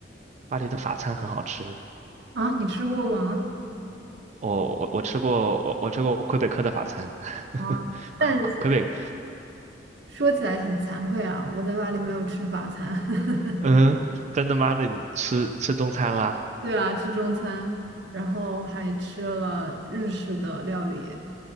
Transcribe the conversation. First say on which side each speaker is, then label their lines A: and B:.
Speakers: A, on the right (about 40°); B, on the right (about 70°).
A: 巴黎的法餐很好吃。
B: 啊，你吃过吗？
A: 我我我吃过，我我吃过魁北克的法餐，<laughs>
B: 啊，但是，
A: 魁魁北，
B: 说起来很惭愧啊，我在巴黎没有吃法餐。<laughs>
A: 嗯，<laughs> 真的妈的，那你吃吃中餐啦？
B: 对啊，吃中餐，然后还吃了日式的料理，